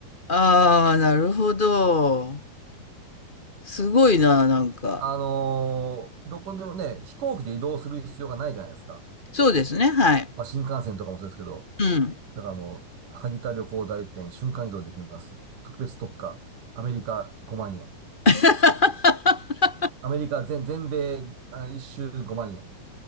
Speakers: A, on the left; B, on the right.
A: ああ、なるほど。すごいな、なんか。
B: あのーどこでもね、飛行機で移動する必要がないじゃないですか。
A: そうですね、はい。
B: まあ新幹線とかもそうですけど、
A: うん。
B: だからもう、萩田旅行代理店瞬間移動できます。特別特価、アメリカ5万円。
A: <laughs>
B: アメリカ全、全米、あ、一周5万円。